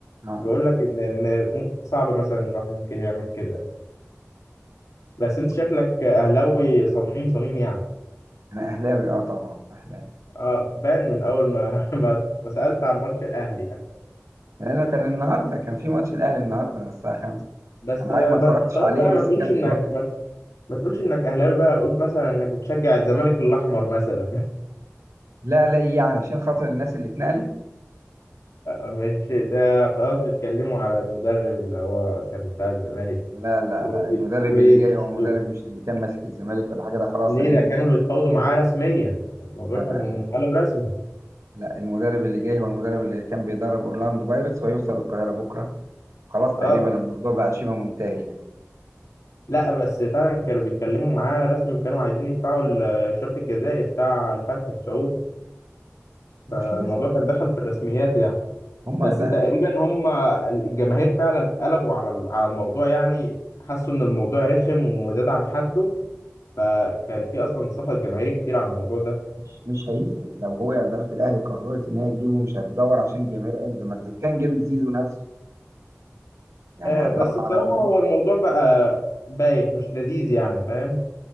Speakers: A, on the right; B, on the left.
A: اه
B: بقول لك ان إن م- صعب مثلا الواحد ممكن يعمل كده بس
A: بس
B: انت شكلك اهلاوي صميم صميم يعني
A: انا اهلاوي اه طبعا اهلاوي
B: اه بان من اول ما <laughs> ما ما سالت عن ماتش الاهلي يعني
A: لأنه كان النهاردة كان في ماتش الأهلي النهاردة الساعة 5
B: بس
A: أنا
B: آه،
A: أي ما
B: ب-
A: اتفرجتش
B: خلاص
A: عليه
B: بقى
A: بس
B: ما تقولش
A: كان في
B: انك
A: ماتش
B: ما ما تقولش انك اهلاوي بقى قول مثلا انك بتشجع الزمالك الاحمر مثلا
A: لا لا إيه يعني عشان خاطر الناس اللي اتنقلت
B: مش ده خلاص بيتكلموا على المدرب اللي هو كان بتاع الزمالك
A: لا لا
B: و-
A: لا المدرب
B: وزيزو
A: اللي جاي هو مدرب مش اللي كان ماسك الزمالك ولا حاجة ده خلاص
B: ليه
A: هيمضي
B: ده كانوا بيتفاوضوا معاه رسميا الموضوع
A: لا
B: كان
A: لا لا
B: قلب رسمي
A: لا المدرب اللي جاي هو المدرب اللي كان بيدرب أورلاندو بايرتس وهيوصل القاهرة بكرة خلاص تقريبا
B: اه
A: الموضوع بقى شبه منتهي يعني
B: لا بس فعلا كانوا بيتكلموا معاه رسمي وكانوا عايزين يدفعوا ال- الشرط الجزائي بتاع الفتح السعودي
A: وفي
B: الموضوع
A: ناس
B: كان دخل في الرسميات يعني
A: هم
B: بس تقريبا
A: ده ف-
B: هم الجماهير فعلا قلبوا على ال- على الموضوع يعني حسوا ان الموضوع رخم وزاد عن حده فكان في اصلا سخط جماهيري كتير على الموضوع ده
A: مش مش هيفرق لو هو إدارة الأهلي قررت إن هي تجيبه مش هتدور عشان الجماهير قالت ده ما كان جابت زيزو نفسه يعني
B: آه،
A: هتدور
B: بس بصراحة
A: على جمهور
B: هو الموضوع بقى بايخ مش لذيذ يعني فاهم